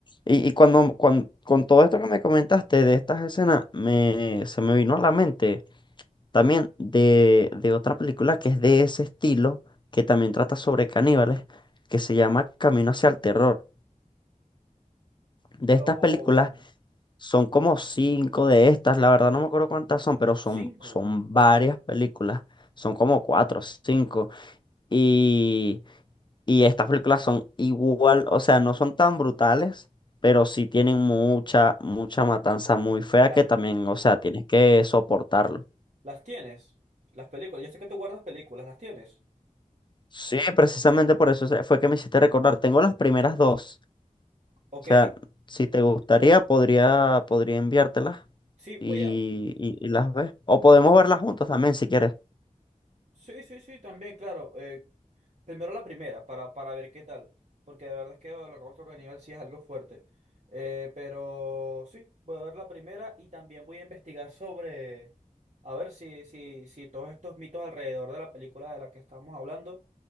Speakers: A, on the left; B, on the right.
A: Y, y cuando, cuan- con todo esto que me comentaste de estas escenas, me, se me vino a la mente también de, de otra película que es de ese estilo, que también trata sobre caníbales, que se llama Camino hacia el terror. De estas
B: Oh.
A: películas son como cinco de estas, la verdad no me acuerdo cuántas son, pero son,
B: Cinco.
A: son varias películas. Son como cuatro, o cinco. Y, y estas películas son igual, o sea, no son tan brutales, pero sí tienen mucha, mucha matanza muy fea
B: Las,
A: que también, o sea, tienes que soportarlo.
B: las tienes. Las películas. Yo sé que tú guardas películas. Las tienes.
A: Sí, precisamente por eso se- fue que me hiciste recordar. Tengo las primeras dos.
B: Ok.
A: O sea, si te gustaría, podría, podría enviártelas
B: Sí,
A: y,
B: voy a.
A: y, y las ves. O podemos
B: Sí,
A: verlas juntos también si quieres.
B: sí, sí, sí, también, claro. Eh, primero la primera, para, para ver qué tal. Porque de verdad es que lo que hemos tocado a nivel sí es algo fuerte. Eh, pero sí, voy a ver la primera y también voy a investigar sobre. A ver si, si, si todos estos mitos alrededor de la película de la que estábamos hablando